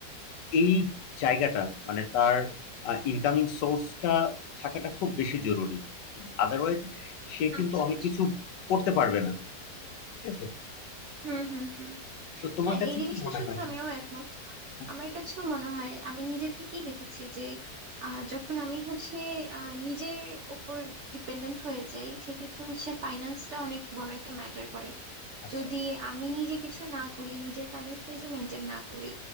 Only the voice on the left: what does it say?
এই জায়গাটা মানে তার ইনকামিং সোর্সটা থাকাটা খুব বেশি জরুরি আদারওয়াইজ সে কিন্তু
অনেক
কিছু করতে পারবে না ঠিক আছে
তো তোমার
কাছে
কি মনে
হয়
হ্যাঁ,
আচ্ছা